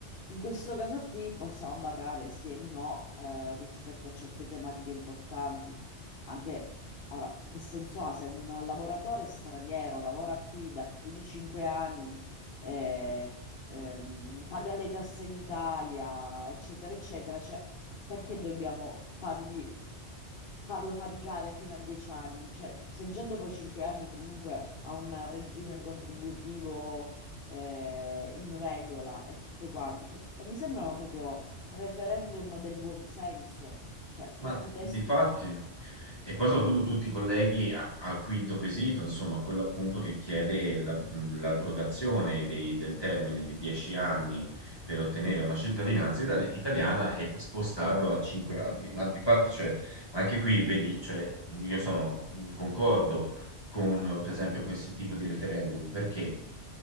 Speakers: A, on the left (about 55°); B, on the left (about 20°).
A: in questo caso qui possiamo barrare sì e no eh, rispetto a certe tematiche importanti. Anche ora, che senso ha se un lavoratore straniero lavora qui da più di cinque anni, eh, ehm, paga le tasse in Italia, eccetera, eccetera, cioè, perché dobbiamo fargli, farlo faticare fino a dieci anni? Cioè, se già dopo cinque anni comunque ha un regime contributivo, eh, in regola e tutto quanto, cioè, mi sembrano proprio referendum del buonsenso, cioè tutti
B: Ma
A: i testi
B: difatti, e poi soprattutto tutti i colleghi a- al quinto quesito, insomma, quello appunto che chiede la- mh, l'abrogazione dei- del termine di 10 anni per ottenere una cittadinanza itali- italiana e per spostarlo a 5 anni. Ma difatti, cioè, anche qui, vedi, cioè, io sono, concordo con, per esempio, questo tipo di referendum, perché?